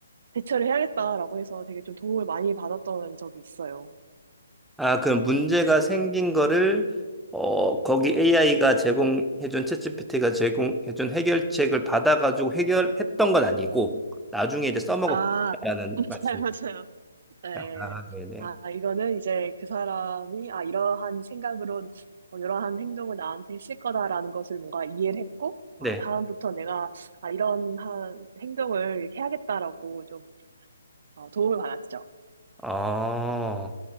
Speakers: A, on the right; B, in the centre.
A: 대처를 해야겠다라고 해서 되게 좀 도움을 많이 받았던 적이 있어요.
B: 아, 그럼 문제가 생긴 거를 어, 거기 AI가 제공해준 챗GPT가 제공해준 해결책을 받아가지고 해결했던 건 아니고 나중에 이제 써먹어
A: 아,
B: 보겠다는
A: <laughs>
B: 말씀.
A: 맞아요, 맞아요. 네.
B: 아, 네네.
A: 아, 이거는 이제 그 사람이, 아, 이러한 생각으로, 어, 이러한 행동을 나한테 했을 거다라는 것을 뭔가 이해를 했고,
B: 네.
A: 아, 다음부터 내가, 아, 이런 한 행동을 해야겠다라고 좀 어, 도움을 받았죠.
B: 아,